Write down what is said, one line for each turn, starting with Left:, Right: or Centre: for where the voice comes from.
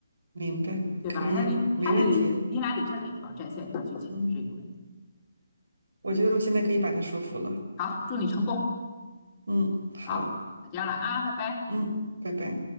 Right: 明白，
Left: 对吧？
Right: 可以，
Left: 让你他也得，
Right: 没问题。
Left: 你俩得站在一条战线上去解决这个问题。
Right: 嗯，我觉得我现在可以把他说服了。
Left: 好，祝你成功。
Right: 嗯，好，
Left: 好，那见了啊，拜拜。
Right: 嗯，拜拜。